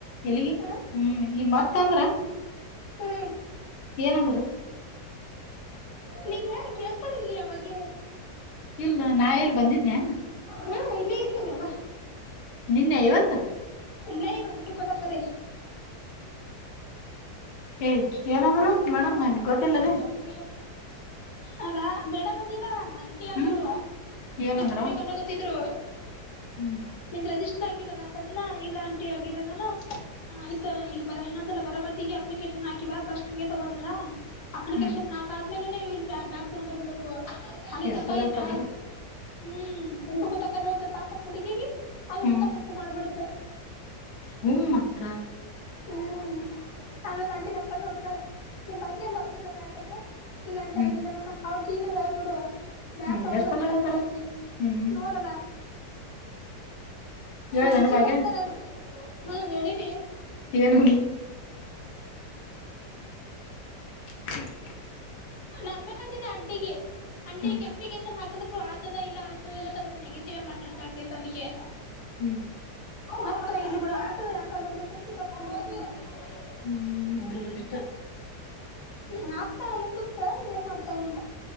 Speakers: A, on the left; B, on the left.
A: ಎಲ್ಲಿಗ
B: ಹ
A: ಹ್ಮ್ ಈ ಮರ್ತ ಅಂದ್ರ
B: ಹ್ಮ್
A: ಏ ನಂಬರು
B: ನಿಂ ಹೇಳ ಕಳ್ಸ್ಕಲ್ಲಿ ಅವಾಗೆ
A: ಇಲ್ಲ ನಾ ಎಲ್ಲಿ ಬಂದಿದ್ದನೆ
B: ಹಾ ಇಲ್ಲ ಐತೆನವಾ
A: ನಿನ್ನೆ ಇವತ್ತ
B: ನ ಗ ಉಊಟು ಕದ ಕೇ
A: ಏಯ್
B: ಹ
A: ಏನಂದ್ರು
B: ಏನಾದರು
A: ಮೇಡಮ್
B: ಮಾಡ
A: ಗೊತ್ತಿಲ್ಲದೆ
B: ಗೊತ್ತಿಲ್ಲ ಅಲಾ ಮೇಡಮ್ ಅಲ್ಲಿನಾ ಅಂಟಿ ಅಂದ್ರು
A: ಹ್ಮ್ ಏನಂದ್ರವ
B: ಅರಿ ಗತ್ತಿದ್ರು
A: ಹ್ಮ್
B: ನಿ ರಜ ರಲ್ಲ ಇಲ್ಲಾಟಿ ಆಗಿರ ಆ ಈ ಬ ಇನ್ನೊಂದ್ಲ ಬರ ಮತಿ ಅಪ್ಲಿಕೇಶನ್ ಹಾಕ ವ ಪಸ್ಟ್ ನಿಮ್ಗೆ ತಗೋತಾರಾ ಅಪ್ಲಿಕೇಶನ್
A: ಹ್ಮ್
B: ಹಾಕ್ದ್ಮೇಲೆ ನೀವು ಇಲ್ಲಿ ಬ್ಯಾಕ್ ತಗೊಂಡ್ ಬರ್ಬೇಕು ಹಲ್ಲಿ
A: ಎಷ್ಟ್
B: ತಕಾಯಿ
A: ಸಲ ಐತಾರಲ್ಲ
B: ಬ್ಯಾಗ ಹ್ಮ್ ಊಟಕ್ಕೂ ತಕಾಯಿ ಹೇಳ್ತಾರೆ ಪಾಪ ಹುಡುಗಗೆ ಅ
A: ಹ್ಮ್
B: ಮುಖ ಸೊಪ್ಪ ಮಾಡ್ಬಿಡತು
A: ಹ್ಮ ಮಾತ್ತ
B: ಹ್ಮ್ ಅಂದೊಂದ ಅಂಟ ನನ್ ಕೊಂಡ ನೋಡತಾರ ನಿಮ್ ಬಾಗ್ಯ ಆಗಿರಲ್ಲ ಯತಂದ್ರ ಇಲ್ಲಂಟಿ
A: ಹ್ಮ್
B: ಆಗಿಲ್ಲ ನಾನ ಅವ್ರ ಕನ ಹೇಬಿಡುವ ಬ್ಯಾಕ್
A: ಹ್ಮ್
B: ತಗ್
A: ಎಷ್ಟ
B: ಬರ್ಬೇಡ
A: ಸಲ ಹೇಳ್ತಾರತ್
B: ಅಂತಂದ
A: ಹ್ಮ್
B: ನೋಡಲ್ಲ
A: ಹೇಳ್ದನ
B: ಮನ್ಸಿಗೆ
A: ಭಾಗ್ಯ
B: ಮಾಡ್ತಾರ ಅವರು ಹ ಹೇಳ ಪೆ
A: ಏನಂದ್ಲು ಹ್ಮ <inaudible>
B: ನಾನ್ ಅನ್ಬೇಕು ಅಂತಿದೆ ಅಂಟಿಗೆ ಅಂಟ
A: ಹ್ಮ್
B: ಅಪ್ಲಿಕೇಶನ್ ಹಾಕದ್ರು ಆತದ ಇಲ್ಲ ನೆಗೆಟಿವ್ ಮಾತಾಡ್ತಾಡ್ರಿ ತನಿಗೆ
A: ಹ್ಮ್
B: ಮತ್ತ ಇ ಬಿಡ ಕಲದು <inaudible> ಟು ಕಪಡ ಬ
A: ಹ್ಮ್ ಅವರು ಇಷ್ಟ
B: ಹಾಕ್ತಾಲ್ ಅನಾಕುತ್ತ ಏನ್ ಮಾಡ್ತಳ ಏನ.